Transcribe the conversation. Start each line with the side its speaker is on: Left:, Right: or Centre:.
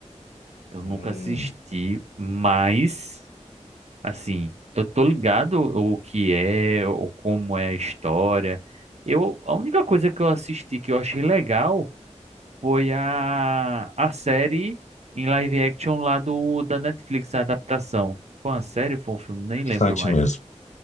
Right: Eu nunca
Left: Hum.
Right: assisti, mas, assim, eu tô ligado o que é, ou como é a história. Eu, a única coisa que eu assisti que eu achei legal foi a, a série em live action lá do, da Netflix, a adaptação. Foi uma série, foi um filme, nem
Left: Interessante
Right: lembro mais.
Left: mesmo.